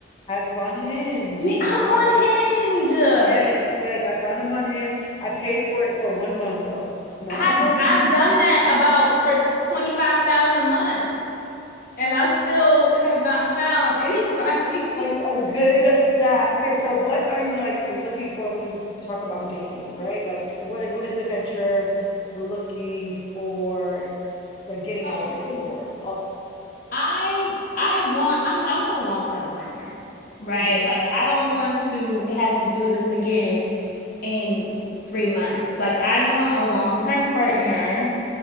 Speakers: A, on the left; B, on the left.
A: I was on Hinge.
B: Me, I'm
A: I found
B: on
A: him on
B: Hinge. Ugh,
A: Yes, yes, I found him on Hinge. I paid for it for one month though. I'm not
B: I
A: gonna hold you.
B: I've done that about for 25,000 months and I still have not found anybody.
A: like
B: <laughs>
A: a good guy. Okay, so what are you like looking for when you talk about dating, right? Like what what is it that you're looking for, like getting
B: So, So
A: out of it or all
B: I I want I mean I want a long-term partner, right?
A: mm-hmm.
B: Like I don't want to have to do this again in three months. Like I want a long-term partner